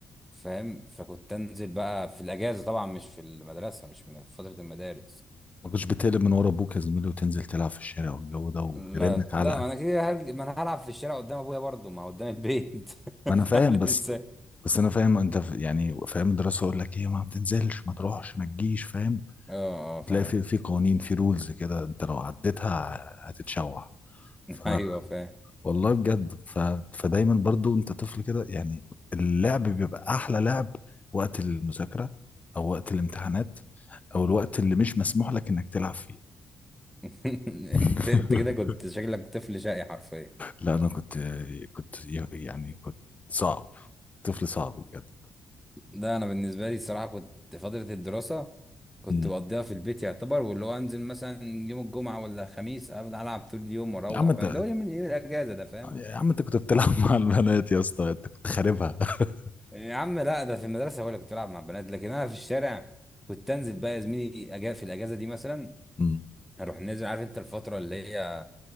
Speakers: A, in the centre; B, on the left.
A: فاهم فكنت انزل بقى في الاجازه طبعا مش في المدرسه مش في فتره المدارس
B: ما كنتش بتقلب من ورا ابوك يا زميلي وتنزل تلعب في الشارع والجو ده ويرنك
A: لا لا
B: علقه
A: ما انا كده هل... ما انا هلعب في الشارع قدام ابويا برضه ما هو قدام البيت <laughs>
B: ما انا فاهم
A: فاعمل
B: بس
A: ازاي
B: بس انا فاهم انت ف- يعني فاهم الدراسه اقول لك ايه ما بتنزلش ما تروحش ما تجيش فاهم
A: اه اه فاهمك
B: تلاقي في في قوانين في رولز كده انت لو عديتها هتتشوح
A: <laughs>
B: ف
A: ايوه فاهم
B: والله بجد ف... فدايما برضو انت طفل كده يعني اللعب بيبقى احلى لعب وقت المذاكرة او وقت الامتحانات او الوقت اللي مش مسموح لك انك تلعب فيه
A: <laughs>
B: <laughs>
A: انت انت كده كنت شكلك طفل شقي حرفيا
B: لا انا كنت كنت يعني كنت صعب طفل صعب بجد
A: لا انا بالنسبه لي الصراحه كنت فتره الدراسه كنت
B: مم.
A: بقضيها في البيت يعتبر واللي هو انزل مثلا يوم الجمعه ولا الخميس افضل العب طول اليوم واروح
B: يا عم انت
A: فاهم اللي هو يوم ال- يوم الاجازه ده فاهم
B: يا عم انت كنت بتلعب مع البنات يا اسطى انت كنت خاربها <laughs>
A: يا عم لا ده في المدرسه هو اللي كنت بلعب مع البنات لكن انا في الشارع كنت انزل بقى يا زميلي أجا في الاجازه دي مثلا
B: مم.
A: اروح نازل عارف انت الفتره اللي هي